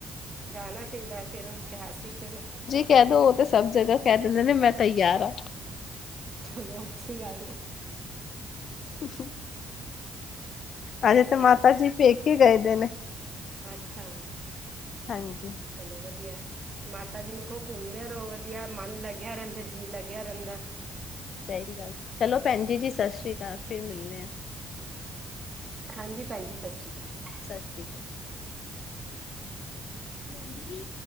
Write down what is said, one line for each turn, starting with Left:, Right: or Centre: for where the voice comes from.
Right: ਜਾਨਾ ਚਾਈਦਾ ਹੈ ਫੇਰ ਉਹ ਇਤਿਹਾਸਿਕ ਜਗ੍ਹਾ
Left: ਕੇ ਦੋ ਉ ਤੇ ਸਭ ਜਗ੍ਹਾ ਕਹਿ ਦਿੰਦੇ ਨੇ ਮੈਂ ਤਯਾਰ ਆ
Right: ਚਲੋ ਅੱਛੀ ਗੱਲ ਹੈ।
Left: <unintelligible> ਹਜੇ
Right: ਇਸ
Left: ਤੇ
Right: ਤਰ੍ਹਾਂ
Left: ਮਾਤਾ ਜੀ ਪੇਕੇ ਗਏ ਦੇ ਨੇ।
Right: ਅੱਛਾ
Left: ਹਾਂਜੀ
Right: ਚਲੋ ਵਦੀਆ ਏ। ਮਾਤਾ ਜੀ ਨੂੰ ਖੋ ਘੁੰਮਦੇ ਰੋ ਵਦੀਆ ਮਨ ਲੱਗੇਆ ਰੇਂਦਾ ਜੀਅ ਲੱਗਿਆ ਰੇਨਦਾ
Left: ਸਈ ਗੱਲ ਚਲੋ ਭੈਣ ਜੀ ਜੀ ਸਤਿ ਸ੍ਰੀ ਅਕਾਲ ਫਿਰ ਮਿਲਨੇ ਆ।
Right: ਹਾਂਜੀ, ਭੈਣ ਜੀ ਸਤਿ ਸ਼੍ਰੀ ਅਕਾਲ
Left: ਸਤਿ ਸ਼੍ਰੀ ਅਕਾਲ। ਮੰਮੀ